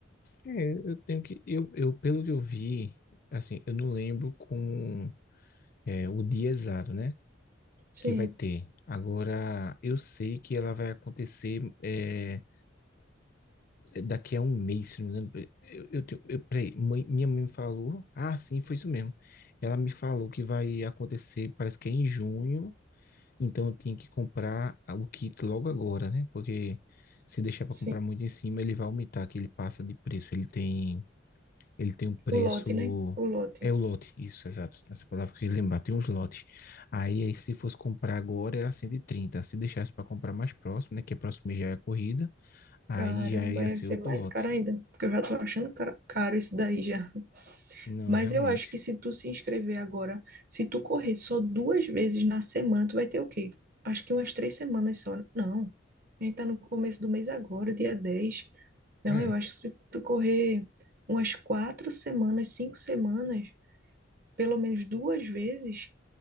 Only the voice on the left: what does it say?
É, eu tenho que. Eu, eu, pelo que eu vi, assim, eu não lembro como. é, o dia exato, né?
Que vai ter. Agora, eu sei que ela vai acontecer é, daqui a um mês, se não me engano. Eu, eu, tenho- eu, peraí, mãe- minha mãe me falou. Ah, sim, foi isso mesmo. Ela me falou que vai acontecer, parece que é em junho. Então, eu tenho que comprar o kit logo agora, né? Porque se deixar para
comprar muito em cima, ele vai aumentar, que ele passa de preço. Ele tem. Ele tem um preço.
É o lote, isso, exato. Essa palavra que eu queria lembrar, tem uns lotes. Aí, aí, se fosse comprar agora, era cento e trinta Se deixasse para comprar mais próximo, né? Que é próximo mês já é a corrida, aí
já
ia ser
outro
lote.
Não,
realmente.
É.